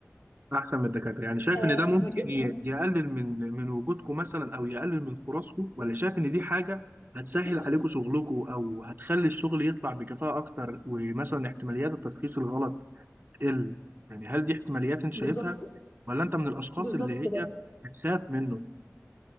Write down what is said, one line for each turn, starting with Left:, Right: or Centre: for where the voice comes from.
Right: أحسن من الدكاترة يعني شايف
Left: آه
Right: إن ده ممكن
Left: في مجال في
Right: ي-
Left: مج-
Right: يقلل من من وجودكم مثلا أو يقلل من فرصكم ولا شايف إن دي حاجة هتسهل
Left: مش
Right: عليكم شغلكم أو هتخلي الشغل يطلع بكفاءة أكتر ومثلا احتماليات التشخيص الغلط تقل يعني هل دي احتماليات أنت شايفها
Left: بالظبط كده
Right: ولا أنت من الأشخاص
Left: بالظبط
Right: اللي
Left: كده
Right: هي بتخاف منه؟